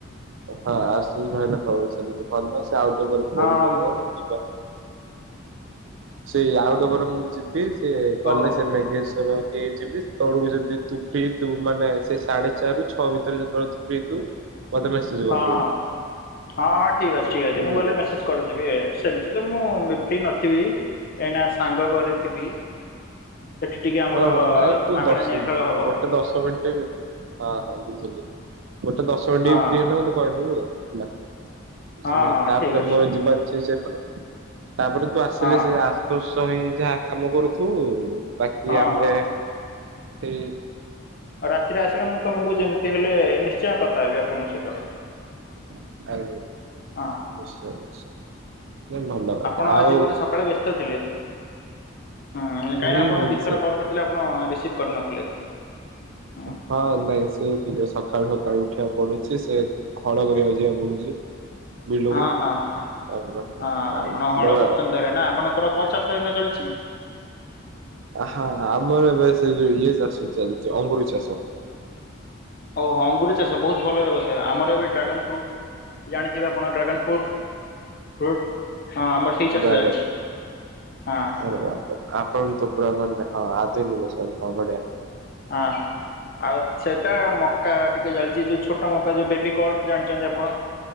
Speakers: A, on the right; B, on the left.
A: ହଁ ଆଶୁତୋଷ ଭାଇନା ସବୁ ସେମିତି ଭଲ ସେ ଆଉ ଟିକେ ପରେ
B: ହଁ
A: ଫୋନ କରିବ ଯିବା। ସେ ଆଉ ଗୋଟେ ପରେ ମୁଁ ଯିବି ସେ ଗଲେ
B: ଓ
A: ସେ ମେଗେସ ରଖିକି ଯିବି ତଳକୁ ଯଦି ତୁ ଫ୍ରି ଥିବୁ ମାନେ ସେଇ ସାଢେ ଚାରିରୁ ଛ ଭିତରେ ଯେତେବେଳେ ତୁ ଫ୍ରି ଥିବୁ। ସେଜ୍ କରିଦବୁ।
B: ହଁ ହଁ। ହଁ ହଁ ଠିକ୍ ଅଛି, ଠିକ୍ ଅଛି
A: ବୁଝିଲୁ।
B: ମୁଁ ଗଲେ ମେସେଜ କରିଦେବି ସେମିତି ତ ମୁଁ ଫ୍ରି ନଥିବି କାହିଁକିନା ସାଙ୍ଗ ଘରେ ଥିବି। ସେଠି ଟିକେ ଆମର
A: ହଁ ହଁ ନାଇଁ ତୁ
B: ମାଗଣା
A: ଦଶ
B: ନିଆଁ ଖେଳ ହବ।
A: ଗୋଟେ ଦଶ ମିନିଟ ବି ହଁ ହଁ ବୁଝିଲି ମୋ ତେ ଦଶ ଘଣ୍
B: ହଁ
A: ଟ ବି ଫ୍ରି ହେଲେ ମତେ କହିଥିବୁ ଆଉ।
B: ହଁ
A: ନାଇ
B: ହଁ
A: ତାପରେ
B: ଠିକ୍ ଅଛି
A: ମୋର ଜୀବନ ସେ ତାପରେ ତୁ ଆସିଲେ
B: ହଁ
A: ସେ ଆଶୋଷ ହେଇ ଯାହା କାମ କରୁଥୁ ବାକି
B: ହଁ
A: ଆମେ
B: ହଁ।
A: ସେ
B: ଆଉ ରାତିରେ ଆସିଲେ, ମୁଁ ତମକୁ ଯେମିତି ହେଲେ ନିଶ୍ଚୟ କଥା ହେବି ଆପଣଙ୍କ ସହିତ
A: <unintelligible>
B: ହଁ
A: ଭଲ କଥା
B: ଆପଣ
A: ଆଉ
B: ଆଜି ବୋଧେ ସକାଳେ ବ୍ୟସ୍ତ ଥିଲେ? ହଁ କାହିଁକି
A: ହୁଁ
B: ନା ଆପଣଙ୍କୁ
A: ହୁଁ
B: ଦୁଇଥ
A: ସେ
B: କଲ୍ କରିଥିଲେ, ଆପଣ ରିସିଭ୍ କରିନଥିଲେ? ହୁଁ
A: ହଁ ଆ ସେ ସକାଳୁ ସକାଳୁ ଉଠିବାକୁ ପଡୁଛି ସେ ହଳ କରିବାକୁ ଯିବାକୁ ପଡୁଛି। ବିଲକୁ
B: ହଁ ହଁ ହଁ।
A: ତାପରେ
B: ହଁ ଆପଣ ହଳ
A: ଧର
B: କରୁଛନ୍ତି, ତାହଲେ ନା ଆପଣଙ୍କର ପଚାଶ ଦିନ ଚାଲିଛି?
A: ହ ଆମର ବ ଯଉ ଇଏ ଚାଷ ଚାଲିଛି ଅଙ୍ଗୁୁର ଚାଷ
B: ଓ ହୋ ଅଙ୍ଗୁର ଚାଷ ବହୁତ ଭଲ ବ୍ୟବସାୟ ଆମର ଏବେ ଡ୍ରାଗନ୍ ଫ୍ରୁଟ୍ ଜାଣିଥିବେ ଆପଣ ଡ୍ରାଗନ୍ ଫ୍ରୁଟ୍ ଫ୍ରୁଟ୍ ହଁ ଆମର ସେଇ ଚାଷ
A: ଡ୍ରାଗନ
B: ଚାଲିଛି। ହଁ ହଁ
A: ଆରେ ବାପ ଆପଣ ତପଡା ମ ଆଧୁନିକିକ ଶଡେ
B: ହଁ ହଁ ଆଉ ସେଟା ମକା ଟିକେ ଜଲିଛି ଯୋଉ ଛୋଟ ମକା ଯୋଉ ବେବି କଣ ଜାଣିଛନ୍ତି ଆପଣ